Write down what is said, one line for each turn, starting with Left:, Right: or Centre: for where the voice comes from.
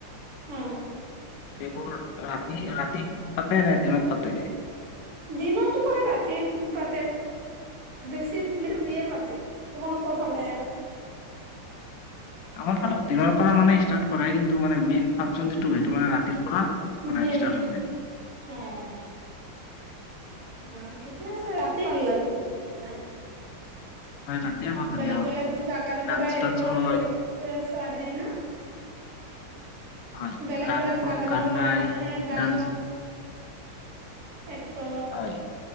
Right: হম।
Left: এইবোৰ ৰাতি-ৰাতি পাতে নে দিনত পাতে।
Right: দিনতো পাৰে, ৰাতি পাতে, বেছি ৰাতিয়ে পাতে, তোমালোকৰ ফালে।
Left: আমাৰ ফালে দিনৰ পৰা মানে ষ্টাৰ্ট কৰাই কিন্তু মানে মেইন ফাংচন যিটো সেইটো মানে ৰা। পৰা মানে
Right: মেইন
Left: ইষ্টাৰ্ত হৈ যায়।
Right: অ' অ ঠিকে আছে ৰাতি ভাল লাগিব চাই কে।
Left: হয় ৰাতিয়ে ভাল লাগে
Right: বেলেগ
Left: অ
Right: বেলেগ জাগাৰ
Left: ডান্স
Right: পৰা
Left: টান্সো
Right: এক্টৰ
Left: হয়
Right: এক্ট্ৰেছ আহে না।
Left: হয়
Right: বেলেগ
Left: গান
Right: বেলেগ
Left: কওঁ
Right: জাগাৰ
Left: গান
Right: পৰা
Left: গাই
Right: মানুহ আহে গায়ক
Left: ডান্স
Right: এক্টৰ
Left: হয়